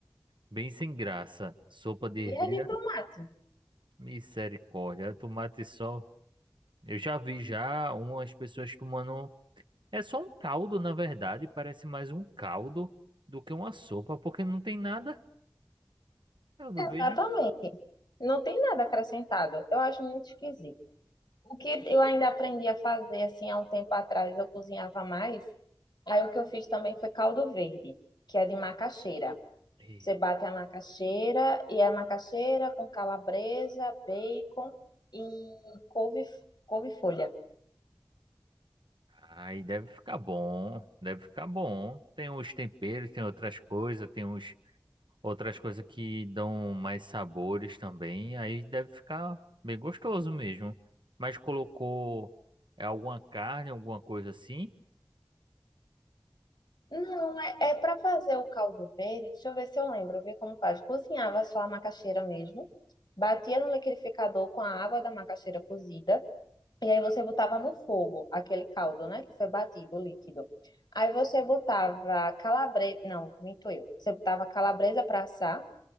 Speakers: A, on the right; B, on the left.
A: bem sem graça. Sopa de ervilha,
B: E a de tomate.
A: misericórdia. Tomate e sol. Eu já vi já umas pessoas tomando É só um caldo, na verdade, parece mais um caldo do que uma sopa, porque não tem nada, eu não
B: Exatamente.
A: vejo.
B: Não tem nada acrescentado. Eu acho muito esquisito. O que eu ainda aprendi a fazer, assim, há um tempo atrás, eu cozinhava mais. Aí o que eu fiz também foi caldo verde, que é de macaxeira.
A: E-
B: Você bate a macaxeira, e é macaxeira com calabresa, bacon e couve, couve-folha.
A: Ai, deve ficar bom, deve ficar bom. Tem os temperos, tem outras coisas, tem uns, outras coisas que dão mais sabores também, aí deve ficar bem gostoso mesmo. Mas colocou é, alguma carne, alguma coisa assim?
B: Não, é, é para fazer o caldo verde. Deixa eu ver se eu lembro, ver como faz. Cozinhava só a macaxeira mesmo, batia no liquidificador com a água da macaxeira cozida, e aí você botava no fogo aquele caldo, né, que foi batido, o líquido. Aí você botava calabresa, não, minto eu. Você botava calabresa para assar.